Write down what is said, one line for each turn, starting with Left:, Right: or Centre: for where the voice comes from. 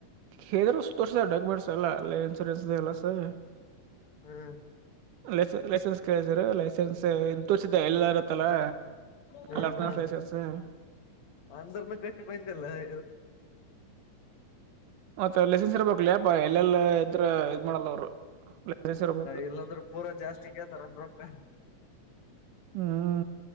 Right: ಹೇಳ್ರ ತೋರ್ಸ ಡಾಕ್ಯುಮೆಂಟ್ಸ್ ಎಲ್ಲ ಅಲ್ಲ ಎಲ್ಲ ಸ
Left: ಹಾ
Right: ಲೈಸ ಲೈಸೆನ್ಸ್ ಕೇಳಿದರ್ ಲೈಸೆನ್ಸ್ ಇ ತೋರ್ಸಿದ್ದ ಎಲ್ಲದ ಇರುತ್ತಲ್ಲಾ
Left: ಹ್ಮ್
Right: ಲಗ್ನಸ್ಲಸಸ
Left: ಹ್ಮ್
Right: <unintelligible>
Left: ಅಂದ್ರನು ಕಟ್ಟಿ ಪಂತಲ್ಲ <inaudible>
Right: ಮತ್ತ ಲೈಸೆನ್ಸ್ ಇರಬೇಕಕ್ಲಪ್ಪ ಎಲ್ಲೆಲ್ಲಾ ಇದತ್ರ ಇದ ಮಾಡಲ್ಲ ಅವರು ಲಸ್ ಇರ್ಬೇಕು
Left: ಇಲ್ಲಾಂದ್ರೆ ಪೂರಾ ಜಾಸ್ತಿ ಕೇಳ್ತಾರ ರೊಕ್ಕ
Right: ಹ್ಮ್